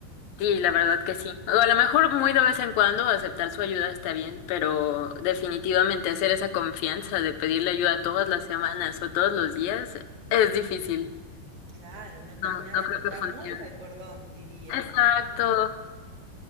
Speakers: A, on the left; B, on the right.
A: Sí, la verdad que sí. O a lo mejor muy de vez en cuando aceptar su ayuda está bien, pero definitivamente hacer esa confianza de pedirle ayuda todas las semanas o todos los días es difícil.
B: Claro, no
A: No,
B: terminás
A: no
B: de
A: creo
B: cortar
A: que funcione.
B: nunca el cordón, diríamos.
A: Exacto.
B: ¿Ves?